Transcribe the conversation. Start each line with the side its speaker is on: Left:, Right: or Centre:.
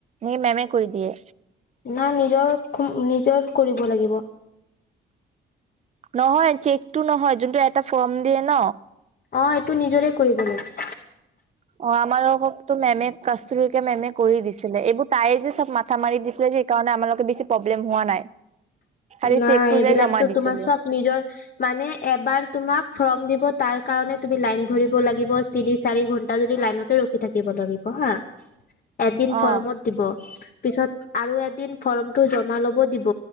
Right: নে মেমে কৰি দিয়ে?
Left: না নিজৰ নিজৰ কৰিব লাগিব।
Right: নহয় চেকটো নহয় যোনটো এটা ফৰ্ম দিয়ে ন।
Left: অ এইটো নিজৰে কৰিব লাগে।
Right: অ আমালোককতো মেমে কাচৰিকা মেমে কৰি দিছিলে এইবোৰ তাইে যে চব মাথা মাৰি দিছিলে যে। কাৰণে আমালোকে বেছি প্ৰব্লেম হোৱা নাই। খালি
Left: নাই
Right: চেকটো
Left: এইবিলাকতো
Right: যাই জমা দিছিলো
Left: তোমাৰ চব নিজৰ মানে এবাৰ তোমাক ফৰ্ম দিব তাৰ কাৰণে তুমি লাইন ধৰিব লাগিব। তিনি চাৰি ঘন্টা যদি লাইনতে ৰখি থাকিব লাগিব হা এদিন
Right: অ'।
Left: ফৰ্মত দিব পিছত আৰু এদিন ফৰ্মটো জমা লব দিব